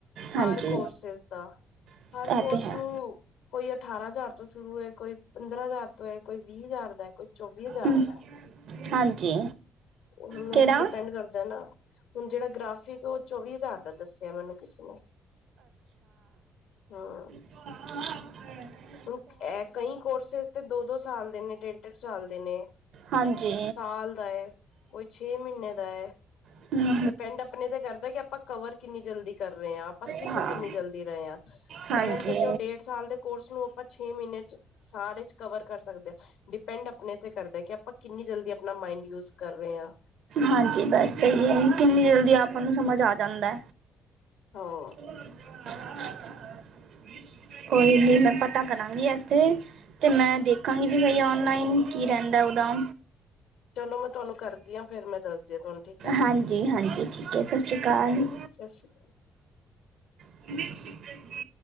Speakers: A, on the right; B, on the left.
A: ਹਾਂਜੀ
B: ਹਰ ਕੋਰਸਿਸ ਦਾ
A: ਇਹ
B: ਹਰ ਕੋਰਸ
A: ਤੇ ਹੈ
B: ਨੂੰ ਕੋਈ ਅਠਾਰਾਂ ਹਜ਼ਾਰ ਤੋਂ ਸ਼ੁਰੂ ਹੈ, ਕੋਈ ਪੰਦਰਾਂ ਹਜ਼ਾਰ ਤੋਂ ਹੈ, ਕੋਈ ਵੀਹ ਹਜ਼ਾਰ ਦਾ, ਕੋਈ ਚੌਵੀ ਹਜ਼ਾਰ
A: ਹਮ,
B: ਦਾ।
A: ਹਾਂਜੀ।
B: ਹੁਣ
A: ਕਿਹੜਾ
B: ਉਹ ਤੇ ਡਿਪੈਂਡ ਕਰਦਾ ਨਾ ਹੁਣ ਜਿਹੜਾ ਗ੍ਰਾਫਿਕ ਉਹ ਚੌਵੀ ਹਜ਼ਾਰ ਦਾ ਦੱਸਿਆ ਮੈਨੂੰ ਕਿਸੇ ਨੇ ਹਾ।
A: ਹ <unintelligible>
B: ਹੁਣ ਅ ਕਈ ਕੋਰਸਿਸ ਤੇ ਦੋ-ਦੋ ਸਾਲ ਦੇ ਨੇ, ਡੇਢ-ਡੇਢ ਸਾਲ ਦੇ ਨੇ,
A: ਹਾਂਜੀ
B: ਸਾਲ ਦਾ ਏ। ਕੋਈ ਛੇ ਮਹੀਨੇ ਦਾ ਹੈ।
A: ਹੂੰ।
B: ਡਿਪੈਂਡ ਆਪਣੇ ਤੇ ਕਰਦਾ ਕਿ ਆਪਾਂ ਕਵਰ ਕਿੰਨੀ ਜਲਦੀ ਕਰ ਰਹੇ ਹਾਂ, ਆਪਾਂ ਸਿੱਖ
A: ਹਾਂ
B: ਕਿੰਨੀ ਜਲਦੀ ਰਹੇ ਹਾਂ।
A: ਹਾਂਜੀ
B: ਕਰਨ ਤੇ ਤੇ ਉਹ ਡੇਢ ਸਾਲ ਦੇ ਕੋਰਸ ਨੂੰ ਆਪਾਂ ਛੇ ਮਹੀਨੇ ਚ ਸਾਰੇ ਚ ਕਵਰ ਕਰ ਸਕਦੇ ਹਾਂ, ਡਿਪੈਂਡ ਆਪਣੇ ਤੇ ਕਰਦੇ ਕਿ ਆਪਾਂ ਕਿੰਨੀ ਜਲਦੀ ਆਪਣਾ ਮਾਇੰਡ ਯੂਜ ਕਰ ਰਹੇ ਹਾਂ।
A: ਹਾਂਜੀ, ਬਸ ਸਹੀ ਹੈ, ਕਿੰਨੀ ਜਲਦੀ ਆਪਾਂ ਨੂੰ ਸਮਝ ਆ ਜਾਂਦਾ
B: ਹਾਂ
A: <inaudible> ਕੋਈ ਨਹੀਂ, ਮੈਂ ਪਤਾ ਕਰਾਂਗੀ ਇੱਥੇ ਤੇ ਮੈਂ ਦੇਖਾਂਗੀ ਵੀ ਹੀ, ਔਨਲਾਈਨ ਕੀ ਰਹਿੰਦਾ ਉਦਾ
B: ਚਲੋ ਮੈਂ ਤੁਹਾਨੂੰ ਕਰਦੀ ਹਾਂ ਫੇਰ ਮੈਂ ਦੱਸਦੀ ਹਾਂ ਤੁਹਾਨੂੰ ਠੀਕ ਹੈ
A: ਹਾਂਜੀ ਹਾਂਜੀ, ਠੀਕ ਹੈ, ਸਤਿ ਸ੍ਰੀ ਅਕਾਲ
B: ਸਤਿ ਸ਼੍ਰੀ ਅਕਾਲ
A: ਨ <inaudible>